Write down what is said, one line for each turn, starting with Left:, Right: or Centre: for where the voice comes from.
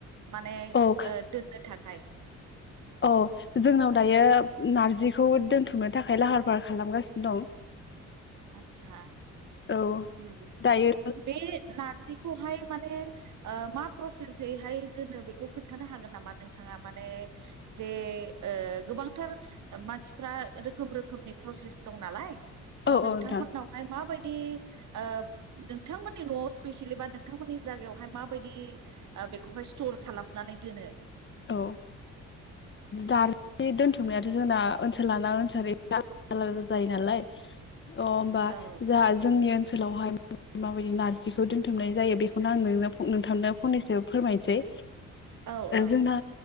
Right: माने
Left: औ औ
Right: ओ दोननो थाखाय हाय
Left: औ जोंनाव दायो नारजिखौ दोनथुमनो थाखाय लाहार फाहार खालामगासिनो दं। <inaudible>
Right: आदसा
Left: औ
Right: ओम
Left: दायो
Right: बे नारजिखौहाय माने ओ मा प्रसेसैहाय दोनो बेखौ खोन्थानो हागोन नामा नोंथाङा माने जे ए ओ गोबांथार मानसिफ्रा रोखोम रोखोमनि प्रसेस दं नालाय
Left: औ
Right: थ' नोंथांमोननावहाय
Left: नोंथां
Right: माबायदि ओ नोंथांमोननि न'आव स्पेसियेलि बा नोंथांमोननि जायगायावहाय माबायदि आ बेखौहाय स्टल खर खालामनानै दोनो
Left: औ ओ दार बे दोनथुमनायाथ' जोंना ओनसोल लाना ओनसोलै आलादा आलादा जायो नालाय अ होमबा
Right: औ
Left: जाहा जोंनि ओनसोलावहाय माबायदि नारजिखौ दोन्थुमनाय जायो बेखौनो आं नोंथांनो फंनैसो फोरमायनोसै
Right: औ औ
Left: जोंना